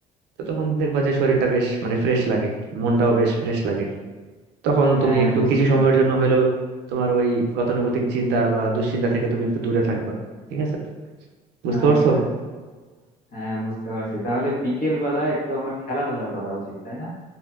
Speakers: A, on the right; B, on the left.
A: তো তখন দেখবা যে শরীরটা বেশ মানে ফ্রেশ লাগে মনটাও বেশ ফ্রেশ লাগে তখন
B: হ্যাঁ
A: তুমি একটু
B: বুঝতে
A: কিছু
B: পারছি
A: সময়ের জন্য হলেও তোমার ওই গতানুগতিক চিন্তা বা দুশ্চিন্তা থেকে তুমি একটু দূরে থাকবা ঠিক আছে বুঝতে
B: আচ্ছা
A: পারছো
B: আচ্ছা হ্যাঁ বুঝতে পারছি তাহলে বিকেল বেলা একটু আমার খেলাধুলা করা উচিত তাই না